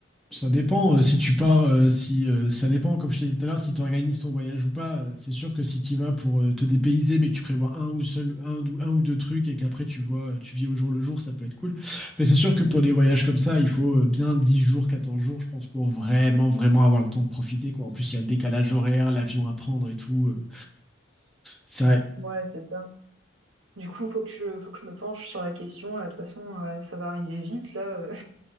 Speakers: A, in the centre; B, on the right.
A: Ça dépend euh, si tu pars, euh, si euh, ça dépend, comme je te disais tout à l'heure, si tu organises ton voyage ou pas. Euh, C'est sûr que si tu y vas pour euh, te dépayser, mais que tu prévois un ou seul, un, ou- un ou deux trucs et qu'après tu vois, euh, tu vis au jour le jour, ça peut être cool. Mais c'est sûr que pour des voyages comme ça, il faut euh, bien 10 jours, 14 jours, je pense, pour vraiment, vraiment avoir le temps de profiter, quoi. En plus, il y a le décalage horaire, l'avion à prendre et tout. euh. C'est vrai.
B: Ouais, c'est ça. Du coup, faut que je, faut que je me penche sur la question, là, de toute façon, euh, ça va arriver vite, là, euh,